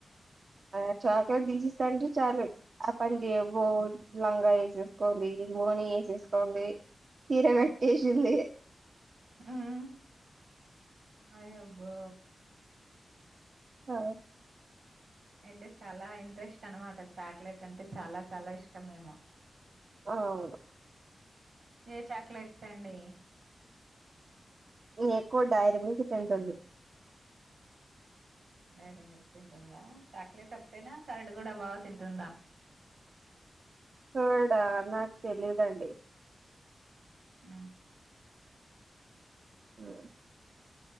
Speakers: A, on the right; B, on the right.
A: ఆ చాక్లెట్ తీసిస్తా అంటే చాలు ఆ పని చేవో లంగా వేసేసుకోవాలి వోని వేసేసుకోంది చీర కట్టేసింది
B: మ్మ్ అయాబ్బో
A: ఆ
B: అయితే చాలా ఇంట్రెస్ట్ అన్నమాట చాక్లెట్ అంటే చాలా చాలా ఇష్టం ఏమో
A: అవును
B: ఏ చాక్లెట్ అండి
A: ఇమో ఎక్కువ డైరీమిల్క్ తింటుంది
B: డైరీ మిల్క్ తింటుందా చాక్లెట్ ఒక్కటెనా కర్డ్ కూడా బాగా తింటుందా
A: కోర్డా నాకు తెలీదండి
B: ఉను
A: అయాయో <unintelligible>